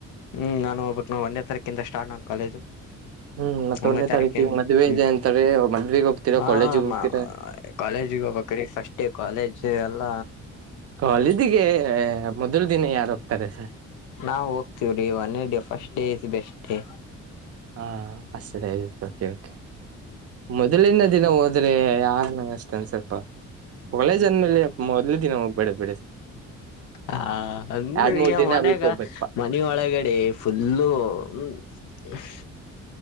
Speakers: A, on the left (about 85°); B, on the right (about 55°).
A: ಹ್ಮ್ ನಾನು ಹೋಗ್ಬೇಕ್ ಒಂದ್ನೇ ತಾರೀಕಿಂದ ಸ್ಟಾರ್ಟ್ ನನ್ ಕಾಲೇಜು.
B: ಹ್ಮ್ ಮತ್ತ
A: ಒಂದನೇ ತಾರಿಖಿಂದ್
B: ತಾರೀಕಿಗೆ ಮದ್ವೆ
A: ಹ್ಮ
B: ಇದೆ ಅಂತಾರೆ ಮದ್ವೆಗ್ ಹೋಗ್ತೀರಾ
A: ಆ
B: ಕಾಲೇಜಿಗೆ
A: ಹಾ
B: ಹೋಗ್ತೀರಾ
A: ಮಾ ಕಾಲೇಜಿಗೆ ಹೋಗ್ಬೇಕ್ ರೀ ಫಸ್ಟ್ ಡೇ ಕಾಲೇಜ್ ಎಲ್ಲ.
B: ಕಾಲೇಜಿಗೆ ಮೊದ್ಲು ದಿನ ಯಾರು ಹೋಗ್ತಾರೆ ಸರ್‌.
A: ನಾವು ಹೋಗ್ತೀವ್ರೀ ಒನ್ನೆ day first day is best day.
B: ಹಾ ಫಸ್ಟ್ ಡೇ ಇತ್ತು. ಯಾಕೆ ಮೊದಲಿನ ದಿನ ಹೋದ್ರೆ ಯಾರ್ನಂಗಷ್ಟ ಅನ್ಸಲ್ಪ. ಕಾಲೇಜ್ ಅಂದ್ಮೇಲೆ ಮೊದ್ಲೇನೆ ದಿನ ಹೋಗಬೇಡಿ ಬಿಡಿ ಸರ್.
A: ಹಾ ಅಂದ್ರ
B: ಎರಡ್ ಮೂರ್
A: ಈಗ
B: ದಿನ
A: ಮನ್ಯಾಗ
B: ಬಿಟ್ಟು ಹೋಗ್ಬೇಕಪ್ಪಾ
A: ನೀ ಒಳಗಡೆ ಫುಲ್ಲು ಹ್ಮ್ ಹ.